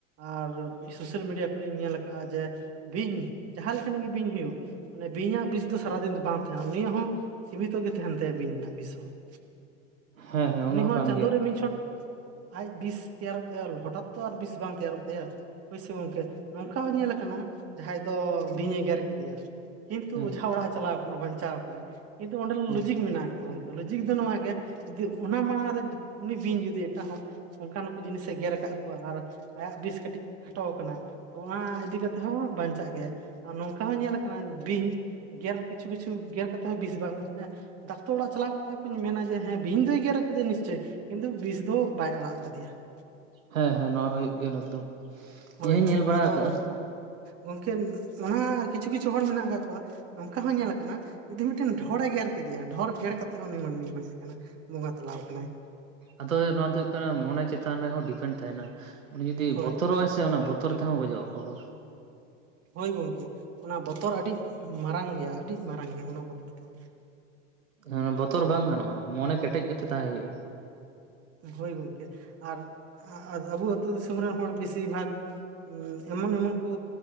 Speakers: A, on the right; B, on the right.
A: ᱟᱨ ᱥᱳᱥᱟᱞ ᱢᱤᱰᱤᱭᱟ ᱠᱚᱨᱮᱧ ᱧᱮᱞ ᱟᱠᱟᱜᱼᱟ, ᱡᱮ ᱵᱤᱧ ᱡᱟᱦᱟᱸ ᱞᱮᱠᱟᱱᱤᱡ ᱜᱮ ᱵᱤᱧ ᱦᱩᱭᱩᱜᱼᱼ ᱢᱟᱱᱮ ᱵᱤᱧᱟᱜ ᱵᱤᱥ ᱫᱚ ᱥᱟᱨᱟᱫᱤᱱ ᱫᱚ ᱵᱟᱝ ᱛᱟᱦᱮᱱᱟ ᱩᱱᱤᱭᱟᱜ ᱦᱚᱸ, ᱥᱤᱢᱤᱛᱚ ᱜᱮ ᱛᱟᱦᱮᱱ ᱛᱟᱭᱟ ᱵᱤᱧ ᱨᱮᱱᱟᱜ ᱵᱤᱥ ᱦᱚᱸ ᱾
B: ᱦᱮᱸ ᱦᱮᱸ ᱚᱱᱟ
A: ᱩᱱᱤ ᱦᱚᱸ
B: ᱠᱟᱱ
A: ᱪᱟᱸᱫᱚ
B: ᱜᱮᱭᱟ
A: ᱨᱮ ᱢᱤᱫ ᱪᱷᱚᱴ ᱟᱡ ᱵᱤᱥ ᱛᱮᱭᱟᱨᱚᱜ ᱛᱟᱭᱟ, ᱦᱚᱴᱟᱛ ᱛᱚ ᱟᱨ ᱵᱤᱥ ᱵᱟᱝ ᱛᱮᱭᱟᱨᱚᱜ ᱛᱟᱭᱟ᱾ ᱦᱳᱭ ᱥᱮ ᱜᱚᱢᱠᱮ, ᱱᱚᱝᱠᱟ ᱦᱚᱸ ᱧᱮᱞ ᱟᱠᱟᱱᱟ ᱡᱟᱦᱟᱸᱭ ᱫᱚ ᱵᱤᱧ ᱮ ᱜᱮᱨ ᱠᱮᱫᱮᱭᱟ᱾ ᱠᱤᱱᱛᱩ
B: ᱦᱮᱸ
A: ᱚᱡᱷᱟ ᱚᱲᱟᱜ ᱮ ᱪᱟᱞᱟᱣ ᱟᱠᱟᱱᱟ ᱵᱟᱧᱪᱟᱣ ᱟᱠᱟᱱᱟᱭ ᱾ ᱠᱤᱱᱛᱩ ᱚᱸᱰᱮ
B: ᱦᱮᱸ
A: ᱞᱚᱡᱤᱠ ᱢᱮᱱᱟᱜ ᱟᱠᱟᱫ ᱜᱮᱭᱟ ᱜᱚᱢᱠᱮ ᱾ ᱞᱚᱡᱤᱠ ᱫᱚ ᱱᱚᱣᱟ ᱜᱮᱭᱟ ᱡᱩᱫᱤ ᱚᱱᱟ ᱢᱟᱲᱟᱝ ᱨᱮ ᱩᱱᱤ ᱵᱤᱧ ᱡᱩᱫᱤ ᱮᱴᱟᱜ ᱦᱚᱲᱼᱼ ᱚᱱᱠᱟᱱ ᱠᱚ ᱡᱤᱱᱤᱥᱮ ᱜᱮᱨ ᱟᱠᱟᱫ ᱠᱚᱣᱟ ᱟᱨ ᱟᱭᱟᱜ ᱵᱤᱥ ᱠᱟᱹᱴᱤᱡ ᱠᱷᱟᱴᱚᱣᱟ ᱠᱟᱱᱟ ᱛᱚ ᱚᱱᱟ ᱤᱫᱤ ᱠᱟᱛᱮᱼᱼ ᱛᱮᱦᱚᱸ ᱵᱟᱧᱪᱟᱜ ᱜᱮᱭᱟ ᱟᱨ ᱱᱚᱝᱠᱟ ᱦᱚᱸ ᱧᱮᱞ ᱟᱠᱟᱱᱟ ᱵᱤᱧᱼᱼ ᱜᱮᱨ ᱠᱤᱪᱷᱩ ᱠᱤᱪᱷᱩ ᱜᱮᱨ ᱠᱟᱛᱮ ᱦᱚᱸ ᱵᱤᱥ ᱵᱟᱝ ᱰᱟᱠᱛᱚᱨ ᱚᱲᱟᱜ ᱪᱟᱞᱟᱣ ᱠᱟᱛᱮ ᱦᱚᱸᱧ ᱢᱮᱱᱟ ᱡᱮ ᱦᱮᱸᱼᱼ ᱵᱤᱧ ᱫᱚᱭ ᱜᱮᱨ ᱟᱠᱟᱫᱮᱭᱟ ᱱᱤᱥᱪᱳᱭ ᱠᱤᱱᱛᱩ ᱵᱤᱥ ᱫᱚ ᱵᱟᱭ ᱟᱲᱟᱜ ᱟᱠᱟᱫᱮᱭᱟ ᱾
B: ᱦᱮᱸ ᱦᱮᱸ, ᱱᱚᱣᱟ ᱦᱩᱭᱩᱜ ᱜᱮᱭᱟ ᱮᱠᱫᱚᱢ ᱾
A: ᱦᱳᱭ
B: ᱤᱧ ᱦᱚᱸᱧ ᱧᱮᱞ ᱵᱟᱲᱟ
A: ᱟᱫᱚ
B: ᱟᱠᱟᱜᱼᱟ ᱾
A: ᱜᱚᱝᱠᱮ ᱚᱱᱟ ᱠᱤᱪᱷᱩ ᱠᱤᱪᱷᱩ ᱦᱚᱲ ᱢᱮᱱᱟᱜ ᱟᱠᱟᱜ ᱠᱚᱣᱟᱼᱼ ᱱᱚᱝᱠᱟ ᱦᱚᱸ ᱧᱮᱞ ᱟᱠᱟᱱᱟ ᱡᱩᱫᱤ ᱢᱤᱫᱴᱮᱱ ᱰᱷᱚᱨᱮ ᱜᱮᱨ ᱠᱮᱫᱮᱭᱟ ᱰᱷᱚᱨ ᱜᱮᱨ ᱠᱟᱛᱮᱫ ᱦᱚᱸ ᱩᱱᱤ ᱢᱟᱹᱱᱢᱤᱭ ᱜᱚᱡ ᱠᱟᱱᱟ᱾ ᱵᱚᱸᱜᱟ ᱛᱟᱞᱟᱣ ᱠᱟᱱᱟᱭ᱾
B: ᱟᱫᱚ ᱱᱚᱣᱟ ᱫᱚ ᱦᱳᱭᱳᱜ ᱠᱟᱱᱟ ᱢᱚᱱᱮ ᱪᱮᱛᱟᱱ ᱨᱮᱦᱚᱸ ᱰᱤᱯᱮᱱᱰ ᱛᱟᱦᱮᱱᱟ ᱩᱱᱤ ᱡᱩᱫᱤ
A: ᱦᱳᱭ
B: ᱵᱚᱛᱚᱨᱚᱜ ᱟᱭ ᱥᱮ ᱚᱱᱟ ᱵᱚᱼᱼ ᱵᱚᱛᱚᱨ ᱛᱮᱦᱚᱸ ᱜᱚᱡᱚᱜ ᱟᱠᱚ ᱦᱚᱲ᱾
A: ᱦᱳᱭ ᱜᱚᱢᱠᱮ ᱚᱱᱟ ᱵᱚᱛᱚᱨ ᱟᱹᱰᱤ ᱢᱟᱨᱟᱝ ᱜᱮᱭᱟ ᱟᱹᱰᱤ ᱢᱟᱨᱟᱝ ᱜᱮᱭᱟ ᱚᱱᱟ ᱵᱚᱛᱚᱨ ᱫᱚᱼᱼ <inaudible>
B: ᱦᱮ ᱵᱚᱛᱚᱨ ᱵᱟᱝ ᱜᱟᱱᱚᱜᱼᱟ ᱢᱚᱱᱮ ᱠᱮᱴᱮᱡ ᱠᱟᱛᱮ ᱛᱟᱦᱮᱸ ᱦᱳᱭᱳᱜᱼᱟ᱾
A: ᱦᱳᱭ ᱜᱚᱢᱠᱮ ᱟᱨ ᱟᱵᱚ ᱟᱹᱛᱩ ᱫᱤᱥᱚᱢ ᱨᱮᱱ ᱦᱚᱲ ᱵᱮᱥᱤᱨ ᱵᱷᱟᱜᱽ ᱼᱼ ᱮᱢᱚᱱ ᱮᱢᱚᱱ ᱠᱚ